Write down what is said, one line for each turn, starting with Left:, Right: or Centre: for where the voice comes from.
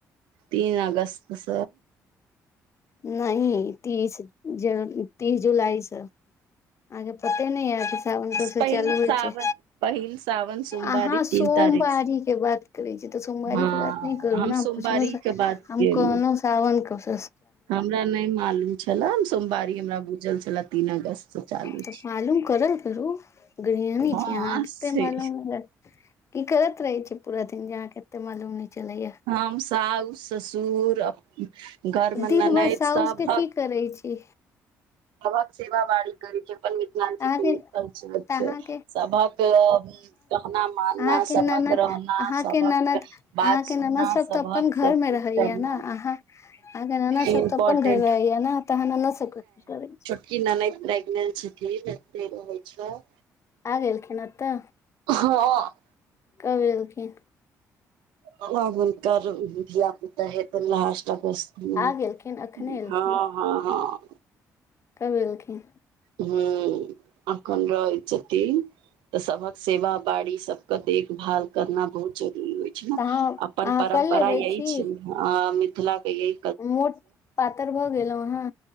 Right: तीन ऑगस्तस
Left: नइ तीस ज तीस जुलाईसँ आहाँके पते न य सावन तो से
Right: पहिल
Left: चालू होय
Right: सावन
Left: छय
Right: पहिल सावन सोमवारी
Left: अहा सोमवारी
Right: तीन तारीख
Left: के बात करै छी तऽ सोमवारी
Right: हँ
Left: के बात नय करू
Right: हम
Left: ने
Right: सोमवारी
Left: पुछल
Right: के बात
Left: हम
Right: केलहुँ
Left: कहल सा्रावण कश
Right: हमरा नहि मालूम छले सोमवारी हमरा बुझल छलै तीन अगस्त से चालू छै
Left: तऽ मालूम करल करू गृियानी
Right: हँ
Left: छी अहाँ कते
Right: से
Left: मालूम नई य की करत रहै छिये पूरा दिन जे अहाँकेँ एते मालूम नहि चलै य
Right: हम साउ ससुर घर मे
Left: दिन
Right: ननद
Left: भर साउस
Right: सबहक
Left: के की करै छी
Right: सबहक सेवा बारी करै छै अपन मिथिलांचल
Left: अहाँके
Right: केँ लिए करै छिये
Left: तऽ अहाँके
Right: सबक कहना मानना
Left: अहाँकेँ
Right: सभक
Left: ननद
Right: रहना
Left: अहाँकेँ
Right: सभक
Left: ननद अहाँकेँ
Right: बात सुनना
Left: ननद सब
Right: सभक
Left: तऽ अपन घर
Right: सबकुछ
Left: मे रहै
Right: करना
Left: य नऽ अहाँ आहाँ कनद
Right: इम्पोर्टेंट
Left: सब तऽ अपन घर रहै य नऽ तऽ <unintelligible> सब करै
Right: की ननैद प्रेग्नेट छथि एतय रहै छ
Left: आ गेलखिन एतऽ
Right: हँ
Left: कब एलखिन
Right: अब हुनकर धिया पुता है तै लासस्ट हँ
Left: आ गेलखिन अखने एलखिन
Right: हँ हँ हँ
Left: कब एलखिन
Right: हूँ अखन रहइ छथिन तऽ सबहक सेवा बारी सब कऽ देखभाल करना बहुत जरूरी होइ छै
Left: तऽ
Right: नऽ
Left: अहाँ
Right: अपन
Left: अहाँ
Right: परम्परा
Left: कल्हि एबै
Right: यहि
Left: छी
Right: छिये नऽ हँ मिथिलाकेँ यहि
Left: <unintelligible> पातर भऽ गेलहु अहाँ